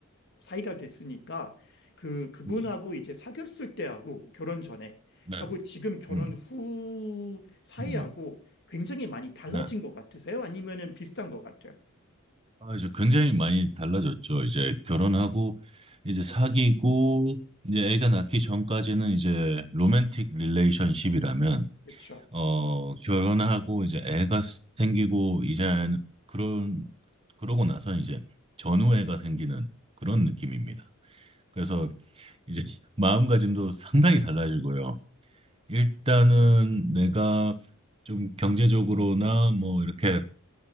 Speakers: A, on the left; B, on the right.
A: 사이가 됐으니까 그 그분하고
B: 음.
A: 이제 사귀었을 때하고 결혼 전에
B: 네.
A: 하고 지금 결혼
B: 음.
A: 후 사이하고
B: 음. 음.
A: 굉장히 많이 달라진
B: 네.
A: 것 같으세요? 아니면은 비슷한 것 같아요?
B: 아, 이제 굉장히 많이 달라졌죠. 이제 결혼하고 이제 사귀고 이제 애가 낳기 전까지는 이제 로맨틱 릴레이션십이라면
A: 그렇죠.
B: 어, 결혼하고 이제 애가 생기고 이제 그런 그러고 나서 이제 전우애가 생기는 그런 느낌입니다. 그래서 이제 마음가짐도 상당히 달라지고요. 일단은 내가 좀 경제적으로나 뭐 이렇게